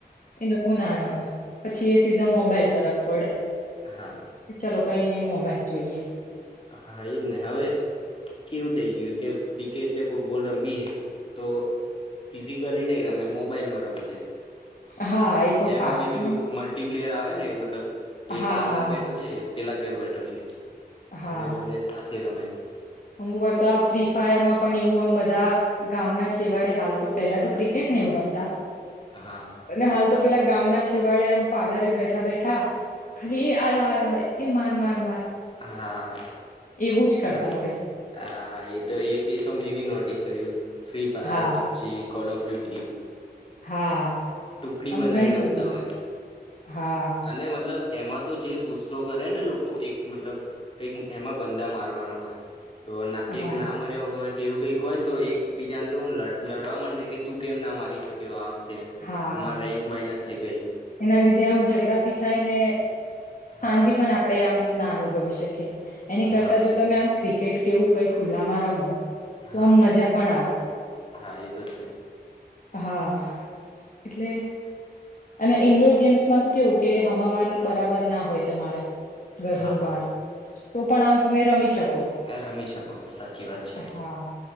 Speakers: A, on the left (about 50°); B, on the left (about 30°).
A: એ લોકો ના આરામ પછી એ સીધા મોબાઈલ તરફ વળે
B: હા
A: ચાલો કઈ નઈ મોબાઈજ જોઈએ
B: હા એજ ને હવે કેવું થઈ ગયું હત કે ક્રિકેટ ને ફુટબોલ રંભી હૈ તો ફિઝિકલી નહી રમે મોબાઈલમાં રમશે
A: હા એ તો
B: એમાં
A: ખાસ
B: બી પેલું
A: અને
B: મલ્ટ પ્લેયર આવે ને મતલબ એક
A: હા
B: આ
A: હા
B: ઘર બેઠો છે એક પેલા ઘર બેઠો છે
A: હા
B: અને બંને સાથે રમે
A: અમુક વાર તો આ ફ્રી ફાયર માં પણ એવું આમ બધા ગામના છેવાડે હાલ તો પેલા તો ક્રિકેટ વ રમતા
B: હા
A: અને હાલ તો પેલા ગામ ના છેવાડે આમ પાદરે બેઠા બેઠા બેઠા ખાલી એ આયો આ્યો હોય એ માર માર માર
B: હા
A: એવું જ કરતા
B: હા
A: હોય છે.
B: હા એ તો એ તો મેં બી નોટિસ કર્યું ફ્રી ફાયર
A: હા,
B: પબજીી કોલ ઓફ ડ્યુટી
A: હા
B: ટુકડી
A: આમ
B: બનાવી
A: ઘણી
B: રમતા
A: બધી
B: હોય
A: હા,
B: અને મતલબ એમાં તો જે ગુસ્સો કરે ને લોકો એક મતલબ કઈક એમાં બંદા મારવાના હોય તો એક
A: હા,
B: ના મર્યો હોય કે એવું કઈક હોયને તો એક બીજાને તો લડવા માંડે કે તું કેમ ના મારી શક્યો આમ
A: હા
B: મારી રેન્ક માઈનસ થઈ ગઈ
A: એના લીધે આમ ઝઘડા ભી થાય ને
B: હા
A: શાંતિ પણ આપણેે આમ ના અનુભવી શકે એની
B: હા
A: કરતા
B: એ
A: જો તમે આમ ક્રિકેટ કેવું કઈ ખુલ્લામાં રમો
B: હા
A: તો આમ મજા પણ આવે
B: હા એ તો છે
A: હા એટલે અને ઇન્ડોર ગેમ્સમાં તો કેવું કે હવામાન બરાબર ના હોય તમારે ઘરનું
B: હા હા
A: બહાર તો પણ આમ તમે રમી શકો
B: રમી શકો સાચી વાત છે
A: હા